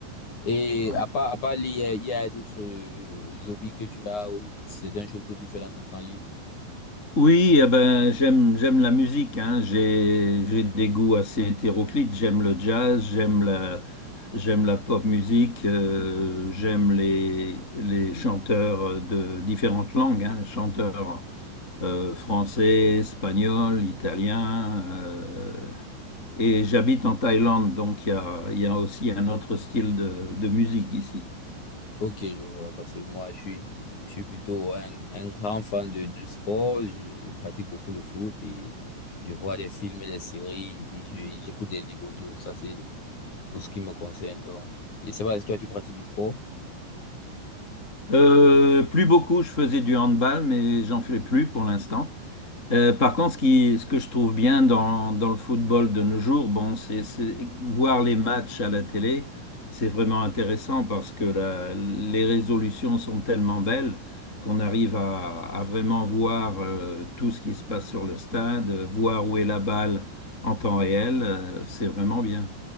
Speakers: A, on the left; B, on the left.
A: Et
B: Ouais.
A: à part, à part lire, il y a il y a d'autres euh, hobbies que tu as ou c'est une chose que tu fais dans ton temps libre?
B: Oui, eh ben, j'aime j'aime la musique, hein. J'ai j'ai des goûts assez hétéroclites. J'aime le jazz, j'aime la j'aime la pop musique, euh, j'aime les les chanteurs euh, de différentes langues, hein. Chanteurs euh, français, espagnol, italien. euh, et j'habite en Thaïlande, donc il y a il y a aussi un autre style de de musique ici.
A: Ok, je vois, parce que moi, je suis, je suis plutôt un, un grand fan de, de sport. Je, je pratique beaucoup le foot et je vois des films et des séries et je- j'écoute des livres audio. Ça, c'est pour ce qui me concerne. Donc, et c'est pas si toi, tu pratiques du sport?
B: Euh, plus beaucoup, je faisais du handball, mais j'en fais plus pour l'instant. Euh, par contre, ce qui, ce que je trouve bien dans, dans le football de nos jours, bon, c'est c'est- voir les matchs à la télé, c'est vraiment intéressant parce que la- les résolutions sont tellement belles qu'on arrive à, à vraiment voir euh, tout ce qui se passe sur le stade, euh, voir où est la balle en temps réel, euh, c'est vraiment bien.